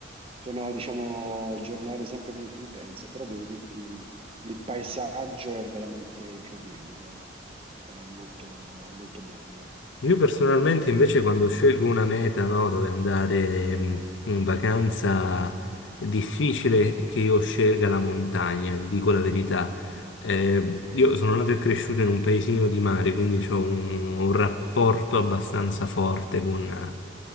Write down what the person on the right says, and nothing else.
Sono, diciamo, giornate sempre molto intense, però devo dirti, il paesaggio è veramente incredibile, è molto, molto bello.